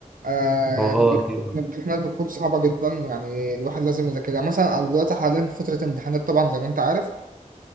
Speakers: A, on the right; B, in the centre.
A: آه، يعني
B: هو اه أكيد، آه.
A: الامتحانات بتكون صعبه جدا يعني الواحد لازم يذاكرها مثلا انا دلوقتي حاليا في فتره امتحانات طبعا زي ما انت عارف